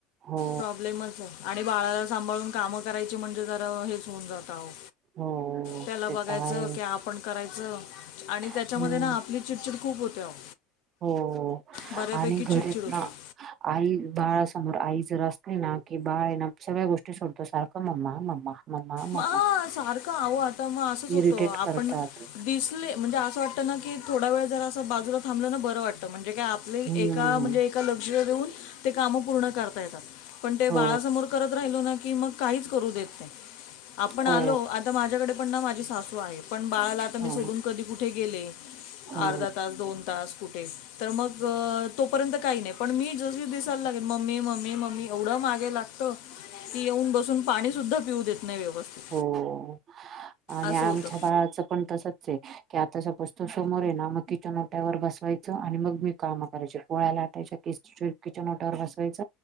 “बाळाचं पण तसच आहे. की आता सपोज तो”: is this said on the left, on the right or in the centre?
Right